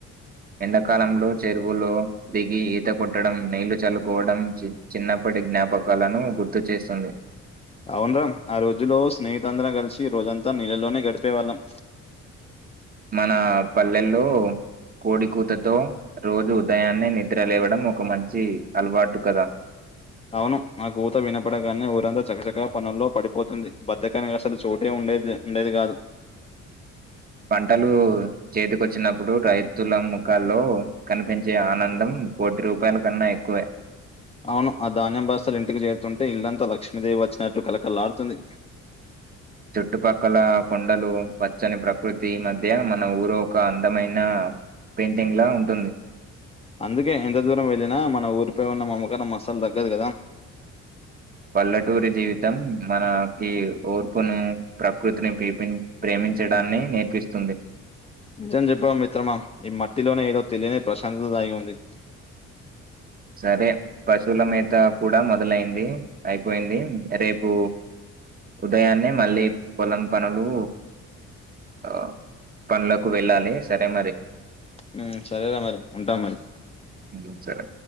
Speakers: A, on the right; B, on the left.
A: ఎండాకాలంలో చెరువులో దిగి ఈత కొట్టడం, నీళ్లు చల్లుకోవడం చిన్ చిన్నప్ప టి జ్ఞాపకాలను గుర్తు చేస్తుంది.
B: అవున రాం ఆ రోజులో స్నేహితులందరం కలిసి రోజంతా నీళ్లలోనే గడిపేవాళ్ళం.
A: మన పల్లెల్లో కోడికూతతో రోజు ఉదయాన్నే నిద్రలేవడం ఒక మంచి అలవాటు కదా.
B: అవును ఆ కూత వినపడగానే ఊరంతా చకచకా పనుల్లో పడిపోతుంది, బద్దకానికి అసలు చోటే ఉం ఉండేదే ఉండేది కాదు.
A: పంటలు చేతికొచ్చినప్పుడు రైతుల ముఖాల్లో కనిపించే ఆనందం. కోటి రూపాయల కన్నా ఎక్కువే.
B: అవును ఆ ధాన్యం భాస్తలు ఇంటికి చేరుతుంటే, ఇల్లంతా లక్ష్మీదేవి వచ్చినట్లు కలకల్లాడుతుంది.
A: చుట్టుపక్కల కొండలు, పచ్చని ప్రకృతి మధ్య, మన ఊరు ఒక అందమైన పెయింటింగ్ లా ఉంటుంది.
B: అందుకే ఎంత దూరం వెళ్ళిన మన ఊరిపై ఉన్న మమకారం అస్సలు తగ్గదు కదా.
A: పల్లటూరి జీవితం మన కి ఓర్పును ప్రకృతిని పీపి ప్రేమి చడాన్ని నేర్పిస్తుంది.
B: నిజం చెప్పావు మిత్రమా, ఈ మట్టిలోనే ఏదో తెలియని ప్రశాంతత దాగి ఉంది.
A: సరే పశువుల మేత కూడా మొదలయింది, అయిపోయింది, రేపు ఉదయాన్నే మళ్ళీ పొలం పనులు ఆ పనులకు వెళ్ళాలే సరే మరి.
B: ఉమ్ సరేర మరి ఉంటాం మరి.
A: ఉహు సరే